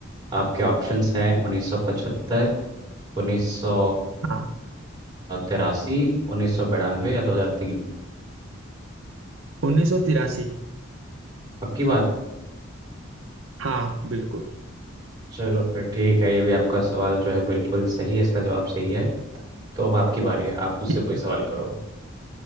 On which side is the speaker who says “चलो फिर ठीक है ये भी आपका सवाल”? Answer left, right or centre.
Right